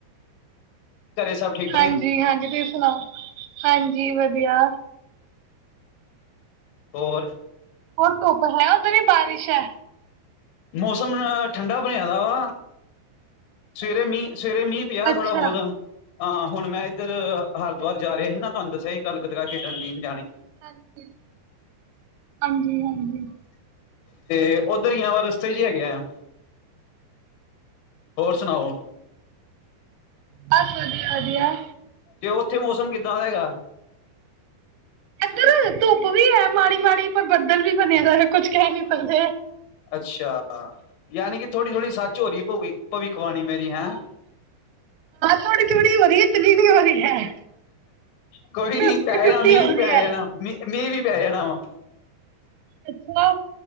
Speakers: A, on the left (about 85°); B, on the right (about 80°).
A: ਘਰੇ ਸਭ ਠੀਕ
B: ਹਾਂਜੀ-ਹਾਂਜੀ
A: ਨੇ
B: ਤੁਸੀਂ ਸੁਣਾਓ ਹਾਂਜੀ ਵਧੀਆ।
A: ਹੋਰ
B: ਹੋਰ ਧੁੱਪ ਹੈ ਉੱਧਰ ਯਾ ਬਾਰਿਸ਼ ਹੈ।
A: ਮੌਸਮ ਠੰਡਾ ਬਣਿਆ ਦਾ ਵਾ। ਸਵੇਰੇ ਮੀ ਸਵੇਰੇ ਮੀਂਹ ਪਿਆ
B: ਅੱਛਾ
A: ਥੋੜਾ ਬਹੁਤ। ਹਾਂ ਹੁਣ ਮੈਂ ਇੱਧਰ ਹਰਦਵਾਰ
B: ਸਹੀ
A: ਜਾ
B: ਹੈ
A: ਰਿਹਾ ਹੀਨਾ ਤਾਨੂ ਦਸਿਆਹੀ। ਗੱਲ ਗਤ ਕਰ ਕੇ ਡੰਡੀ ਨੂ
B: ਹਾਂਜੀ ਹਾਂਜੀ ਹਾਂਜੀ।
A: ਤੇ ਓਧਰ ਹੀ ਆ ਰਸਤੇ ਚ ਹੀ ਹੈਗੇ ਆ। ਹੋਰ ਸੁਣਾਓ
B: ਬਸ, ਵਧੀਆ ਵਧੀਆ।
A: ਤੇ ਓਥੇ ਮੌਸਮ ਕਿੱਦਾਂ ਦਾ ਹੈਗਾ
B: ਐਧਰ ਧੁੱਪ ਵੀ ਹੈ ਮਾੜੀ ਮਾੜੀ ਪਰ ਬੱਦਲ ਵੀ ਬਣਿਆ ਦੈਐ ਕੁਝ ਕਹ ਨੀ ਸਕਦੇ।
A: ਅੱਛਾ। ਯਾਨੀ ਕਿ ਥੋੜ੍ਹੀ ਥੋੜੀ ਸੱਚ ਹੋ ਰਹੀ ਏ ਪਊਗੀ‌। ਭਵਿੱਖਵਾਣੀ ਮੇਰੀ। ਹੈ
B: ਥੋੜੀ ਥੋੜੀ ਹੋ ਰਹੀ ਹੈ ਇਤਨੀ ਨਹੀਂ ਹੋ ਰਹੀ ਹੈ
A: ਕੋਈ
B: ਫਿਫਟੀ
A: ਨੀ ਪੈ
B: ਫਿਫਟੀ
A: ਜਾਣਾ ਮੀ
B: ਹੋ
A: ਵੀ
B: ਰਹੀ
A: ਪੈ
B: ਹੈ
A: ਜਾਣਾ ਮੀ ਵੀ। ਪੈ ਜਾਣਾ ਵਾ।
B: ਅੱਛਾ।